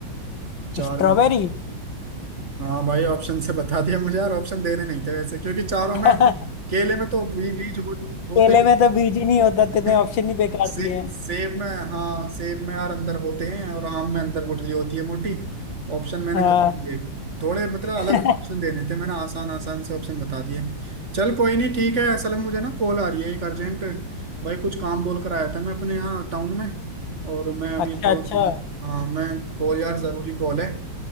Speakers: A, on the right; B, on the left.
A: चार
B: स्ट्रॉबेरी
A: में
B: <laughs>
A: हाँ भाई ऑप्शन से बता दिया मुझे यार ऑप्शन देने नहीं थे वैसे क्योंकि चारों
B: क्योंकि
A: में अब केले में तो बी- बीज हो- होते
B: केले में
A: ही
B: तो बीज ही नहीं होता तेरे
A: नहीं
B: ऑप्शन
A: <laughs>
B: ही बेकार
A: से,
B: दिए हैं
A: सेब में हाँ सेब में यार अंदर होते हैं और आम में अंदर गुठली होती है मोटी ऑप्शन मैंने
B: हाँ
A: कर दिए थोड़े मतलब
B: <laughs>
A: अलग ऑप्शन देने थे मैंने आसान आसान से ऑप्शन बता दिए चल कोई नहीं ठीक है असल में मुझे ना कॉल आ रही है एक अर्जेंट भाई कुछ काम बोल कर आया था मैं अपने यहाँ टाउन में और मैं अभी
B: अच्छा
A: थोड़ा
B: अच्छा
A: हाँ मैं कॉल यार जरूरी कॉल है